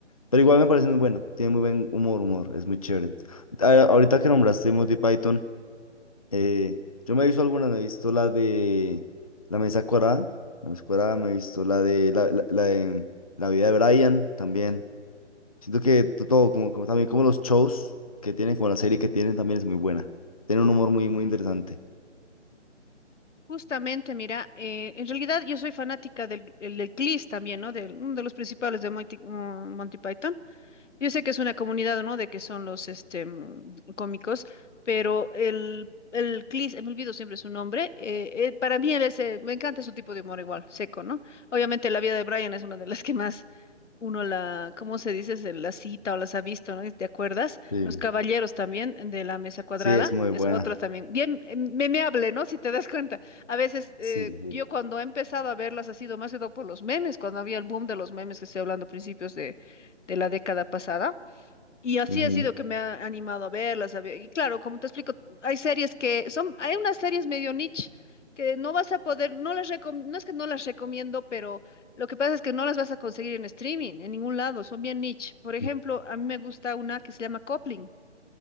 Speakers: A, on the left; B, on the left.
A: Pero igual me parece muy buena, tiene muy buen humor, humor, es muy chévere. A- ahorita que nombraste Monty Python. Eh, yo me he visto algunas, me he visto la de La Mesa Cuadrada, La Mesa Cuadrada, me he visto la de la, la- la de La Vida de Brian también. Siento que to- todo, como, como también como los shows que tienen, como la serie que tienen, también es muy buena. Tiene un humor muy, muy interesante.
B: Justamente, mira, eh, en realidad yo soy fanática del, el- del CLIS también, ¿no? De uno de los principales de Monty, mm, Monty Python. Yo sé que es una comunidad, ¿no? De que son los este, mm, cómicos, pero el, el CLIS, eh, me olvido siempre su nombre, eh, eh, para mí él es, eh, me encanta su tipo de humor igual, seco, ¿no? Obviamente la vida de Brian es una de las que más uno la, ¿cómo se dice? se La cita o las ha visto, ¿no? ¿Te acuerdas?
A: Sí,
B: Los caballeros también eh, de la mesa cuadrada,
A: sí, es muy buena.
B: es otra también, bien eh, memeable, ¿no? Si te das cuenta. A veces eh,
A: Sí, sí.
B: yo cuando he empezado a verlas ha sido más que todo por los memes, cuando había el boom de los memes que estoy hablando a principios de, de la década pasada. Y así
A: Ujú.
B: ha sido que me ha animado a verlas. a ver- Y claro, como te explico, hay series que son, hay unas series medio niche que no vas a poder, no las recom- no es que no las recomiendo, pero lo que pasa es que no las vas a conseguir en streaming, en ningún lado, son bien niche. Por ejemplo,
A: sí.
B: a mí me gusta una que se llama Coupling.